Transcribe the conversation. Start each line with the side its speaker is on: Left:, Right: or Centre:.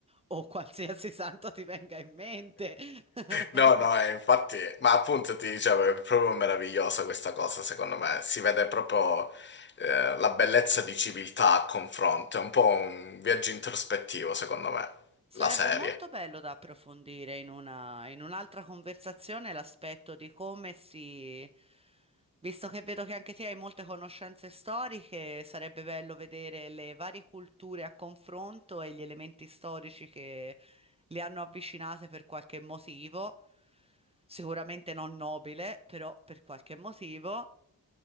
Right: o qualsiasi <laughs> santo ti venga in mente. <laughs>
Left: No, no, eh, infatti... Ma appunto ti dicevo, è proprio meravigliosa questa cosa, secondo me. Si vede proprio eh, la bellezza di civiltà a confronto. È un po' un viaggio introspettivo, secondo me,
Right: Sarebbe
Left: la serie.
Right: molto bello da approfondire in una, in un'altra conversazione l'aspetto di come si... Visto che vedo che anche te hai molte conoscenze storiche, sarebbe bello vedere le varie culture a confronto e gli elementi storici che le hanno avvicinate per qualche motivo, sicuramente non nobile, però per qualche motivo,